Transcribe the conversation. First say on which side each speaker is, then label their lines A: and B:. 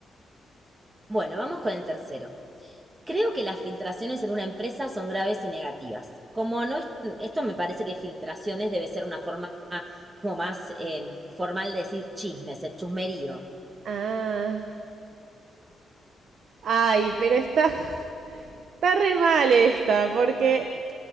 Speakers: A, on the right (about 20°); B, on the right (about 60°).
A: Bueno, vamos con el tercero. Creo que las filtraciones en una empresa son graves y negativas. Como no es, esto me parece que filtraciones debe ser una forma como más eh, formal de decir chismes, el chusmerío.
B: Ah. Ay, pero está, <laughs> está re mal esta, porque